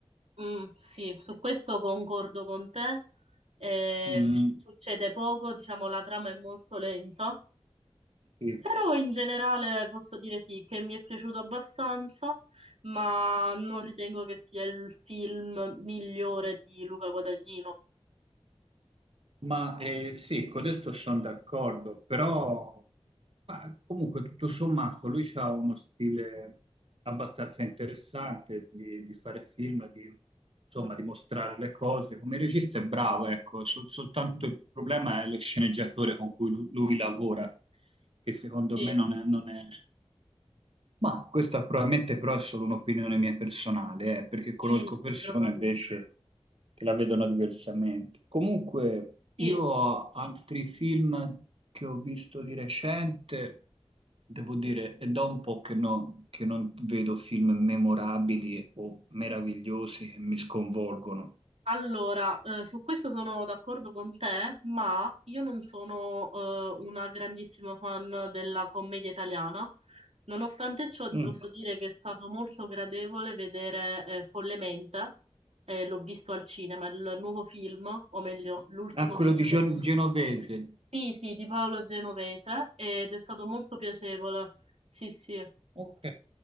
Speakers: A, on the right; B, on the right.
A: Mm, sì, su questo concordo con te. Ehm,
B: Mm,
A: succede poco, diciamo, la trama è molto lenta,
B: sì.
A: però in generale posso dire sì, che mi è piaciuto abbastanza, ma non ritengo che sia il film migliore di Luca Guadagnino.
B: Ma eh, sì, con questo sono d'accordo, però ma comunque tutto sommato lui ha uno stile abbastanza interessante di, di fare film, di, insomma, di mostrare le cose. Come regista è bravo, ecco, sol- soltanto il problema è lo sceneggiatore con cui lu- lui, lavora, che secondo
A: Sì,
B: me non è, non è ma questa probabilmente però è solo un'opinione mia personale, eh, perché conosco
A: sì, sì,
B: persone
A: probabilmente.
B: invece che la vedono diversamente. Comunque, io
A: Sì.
B: ho altri film che ho visto di recente, devo dire, è da un po' che non, che non vedo film memorabili o meravigliosi che mi sconvolgono.
A: Allora, eh, su questo sono d'accordo con te, ma io non sono eh, una grandissima fan della commedia italiana. Nonostante ciò, ti
B: Mm.
A: posso dire che è stato molto gradevole vedere eh, Follemente, eh, l'ho visto al cinema, il nuovo film, o meglio, l'ultimo
B: Ah, quello
A: film
B: di Gio-
A: di,
B: Genovese.
A: sì, sì, di Paolo Genovese, ed è stato molto piacevole. Sì, sì.
B: Ok.